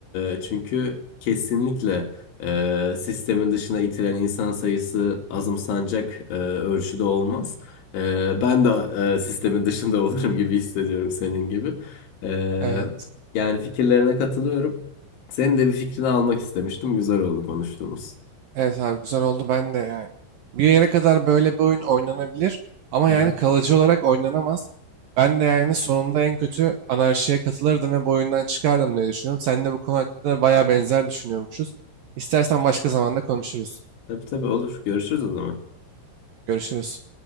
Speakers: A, on the left; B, on the right.
A: e, çünkü kesinlikle... Eee, sistemin dışına itilen insan sayısı azımsanacak eee, ölçüde olmaz. Eee, ben de eee, sistemin dışında <laughs> olurum gibi hissediyorum senin gibi. Eee,
B: Evet.
A: yani fikirlerine katılıyorum. Senin de bir fikrini almak istemiştim. Güzel oldu konuştuğumuz.
B: Evet abi güzel oldu ben de yani. Bir yere kadar böyle bir oyun oynanabilir ama
A: Aha.
B: yani kalıcı olarak oynanamaz. Ben de yani sonunda en kötü anarşiye katılırdım ve bu oyundan çıkardım diye düşünüyorum. Sen de bu konu hakkında bayağı benzer düşünüyormuşuz. İstersen başka zamanda konuşuruz.
A: Tabii tabii olur. Görüşürüz o zaman.
B: Görüşürüz.